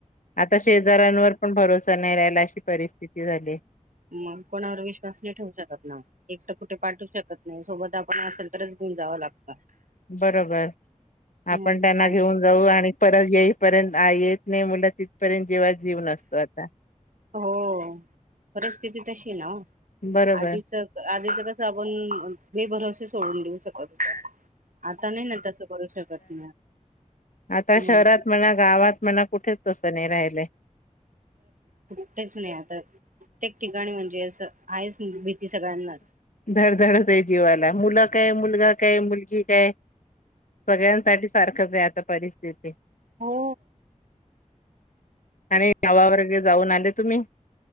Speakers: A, on the left (about 80°); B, on the right (about 85°).
A: आता शेजऱ्यांवर पण भरोसा नाही राहायला, अशी परिस्थिती झालीय.
B: मग कोणावर विश्वास नाही ठेवू शकत ना. एकट कुठ पाठवु शकत नाही, सोबत आपण असेल तरच घेऊन जाव लाग
A: बरोबर आपण
B: हम्म
A: त्यांना
B: आ
A: घेऊन जाऊ आणि परत येईपर्यंत येत नाही मुलं तिथपर्यंत जिवात जीव नसतो आता.
B: हो परस्थिती तशी ना ओ
A: बरोबर
B: आधीच आधीच कसं आपण बेभरोसे सोडून देऊ शकत होतो. आता नाही ना तसं करू शकत
A: आता
B: मग
A: शहरात म्हणा गावात म्हणा कुठच तसं नाही राहिलंय.
B: तेच नाही आता, प्रत्येक ठिकाणी म्हणजे असं आहेच भीती सगळ्यांनाच
A: धडधड होतंय जीवाला मुलं काय मुलगा काय मुलगी काय सगळ्यांसाठी सारखंच आहे आता परिस्थिती.
B: हो
A: आणि गावा वर्गे जाऊन आले तुम्ही?